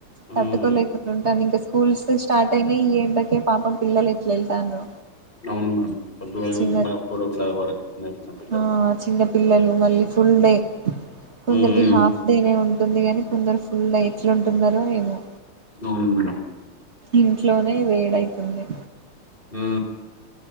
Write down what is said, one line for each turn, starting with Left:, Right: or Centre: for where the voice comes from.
Left: ఉమ్
Right: తట్టుకోలేకుండా ఉంటాను ఇంకా స్కూల్స్ స్టార్ట్ అయిన ఈ ఏండకే పాపం పిలలు ఎట్ల ఎల్తారో
Left: అవును మేడం పొద్దుగాల
Right: చిన్న
Left: వెళ్ళి మన ఫోర్ ఓ క్లాక్ వరకు చిన్న చిన్న పిల్లలు
Right: ఆ చిన్న పిల్లలు మళ్ళీ ఫుల్ డే కొందరికి
Left: ఉమ్ ఉమ్
Right: హాఫ్ డేనే ఉంటుంది గాని కొందరు ఫుల్ ఎట్లాంటున్నారో ఏమో
Left: అవును మేడం
Right: ఇంట్లోనే వేడైతుంది
Left: ఉ